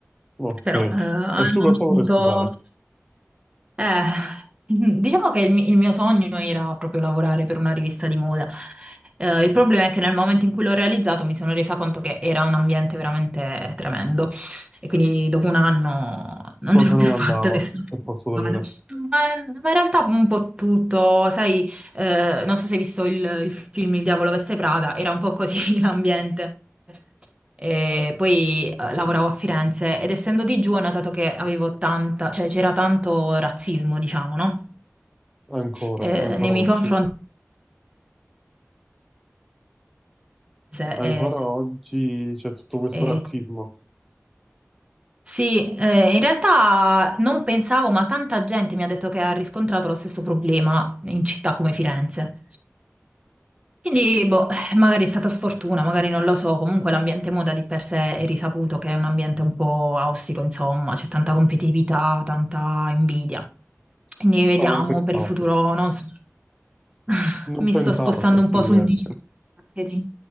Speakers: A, in the centre; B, on the right (about 25°).
A: Ok,
B: Però
A: e
B: eh, al
A: tu cosa vorresti
B: momento...
A: fare?
B: Eh, <laughs> diciamo che il, mi- il mio sogno era proprio lavorare per una rivista di moda. Eh, il problema è che nel momento in cui l'ho realizzato mi sono resa conto che era un ambiente veramente tremendo e quindi dopo un anno non
A: Cosa
B: ce l'ho più
A: non
B: fatta
A: andava,
B: <laughs> e sono
A: se
B: scappata.
A: posso sapere,
B: Ma, ma in realtà un po' tutto, sai, eh, non so se hai visto il, il film Il diavolo veste Prada, era un po' così <laughs> l'ambiente. E poi eh, lavoravo a Firenze ed essendo di giù ho notato che avevo tanta, cioè c'era tanto razzismo, diciamo, no?
A: ancora,
B: Eh,
A: ancora
B: nei miei
A: oggi?
B: confronti. eh,
A: Ancora oggi c'è tutto questo
B: eh,
A: razzismo,
B: sì, eh, in realtà non pensavo, ma tanta gente mi ha detto che ha riscontrato lo stesso problema in città come Firenze. Quindi, boh, magari è stata sfortuna, magari non lo so, comunque l'ambiente moda di per sé è risaputo che è un ambiente un po' ostico, insomma, c'è tanta competitività, tanta invidia. Quindi vediamo
A: però non pensavo
B: per il futuro,
A: a questo,
B: non so, <laughs>
A: non
B: mi
A: pensavo
B: sto spostando
A: a questi
B: un po'
A: livelli,
B: sul digital
A: eh.
B: marketing.